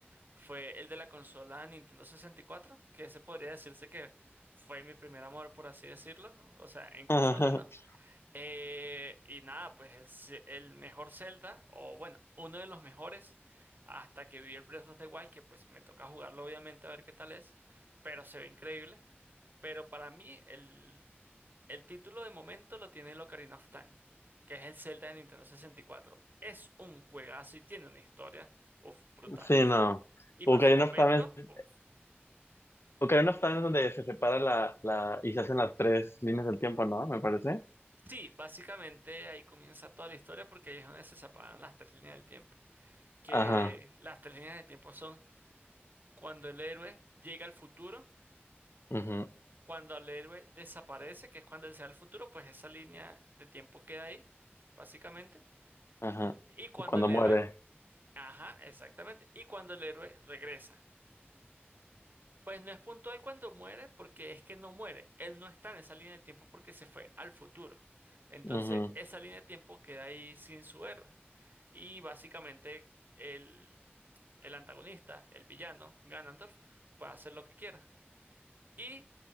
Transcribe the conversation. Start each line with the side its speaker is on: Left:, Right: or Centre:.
Right: fue el de la consola Nintendo 64, que ese podría decirse que fue mi primer amor, por así decirlo. O sea, en consola,
Left: <laughs>
Right: ¿no? Eh, y nada, pues el, ce- el mejor Zelda, o bueno, uno de los mejores, hasta que vi el Breath of the Wild, que pues me toca jugarlo obviamente a ver qué tal es, pero se ve increíble. Pero para mí el, el título de momento lo tiene el Ocarina of Time, que es el Zelda de Nintendo 64. Es un juegazo y tiene una historia, uf, brutal.
Left: Sí, no.
Right: Y
Left: Ocarina
Right: para su momento,
Left: of Time es,
Right: uf.
Left: Ocarina of Time es donde se separa la, la, y se hacen las tres líneas del tiempo, ¿no? Me parece.
Right: Sí, básicamente ahí comienza toda la historia porque ahí es donde se separan las tres líneas del tiempo. Que
Left: Ajá,
Right: las tres líneas del tiempo son Cuando el héroe llega al futuro,
Left: ujú,
Right: cuando el héroe desaparece, que es cuando él se va al futuro, pues esa línea de tiempo queda ahí, básicamente.
Left: ajá.
Right: Y cuando
Left: Cuando
Right: el héroe,
Left: muere.
Right: ajá, exactamente. Y cuando el héroe regresa. Pues no es puntual cuando muere, porque es que no muere. Él no está en esa línea de tiempo porque se fue al futuro. Entonces,
Left: Ujú,
Right: esa línea de tiempo queda ahí sin su héroe. Y básicamente el, el antagonista, el villano, Ganondorf, puede hacer lo que quiera. Y